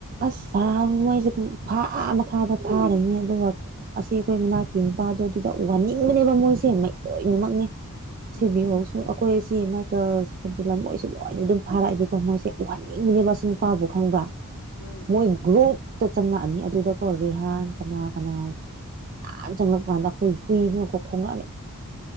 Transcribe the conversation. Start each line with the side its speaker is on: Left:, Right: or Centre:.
Right: ꯑꯁ ꯐꯥꯎꯏ ꯃꯣꯏꯁꯦ ꯐꯥ ꯃꯈꯥꯗ ꯐꯥꯔꯅꯤ ꯑꯗꯨꯒ ꯑꯁꯤ ꯑꯩꯈꯣꯏ ꯃꯅꯥꯛꯀꯤ ꯅꯨꯄꯥꯗꫭ ꯑꯗꯨꯗ ꯋꯥꯅꯤꯡꯕꯅꯦꯕ ꯃꯣꯏꯁꯦ ꯃ ꯂꯣꯏꯅꯃꯛꯅꯦ ꯁꯦꯕꯤꯌꯧꯁꯨ
Left: ꯎꯝ
Right: ꯑꯩꯈꯣꯏ ꯁꯤ ꯃꯥꯏꯀꯜ ꯍꯥꯏꯗꯤ ꯂꯝꯉꯣꯏꯁꯨ ꯂꯣꯏꯅ ꯑꯗꯨꯝ ꯐꯥꯔꯛꯑꯗꯤꯀꯣ ꯃꯣꯏꯁꯦ ꯎꯍꯟꯅꯤꯡꯕꯤꯅꯦꯕꯁꯨ ꯅꯨꯄꯥꯕꯨ ꯈꯪꯕ꯭ꯔꯥ
Left: ꯎꯝ
Right: ꯃꯣꯏ
Left: ꯎꯝ ꯎꯝ
Right: ꯒ꯭ꯔꯨꯞ ꯆꯪꯉꯛꯑꯅꯤ ꯑꯗꯨꯗꯀꯣ ꯔꯤꯍꯥꯟ ꯀꯅꯥ ꯀꯅꯥ ꯌꯥꯝ ꯆꯪꯂꯛꯄ ꯀꯥꯟꯗ ꯑꯩꯈꯣꯏ ꯍꯨꯏꯅꯀꯣ ꯈꯣꯡꯂꯛꯑꯅꯤ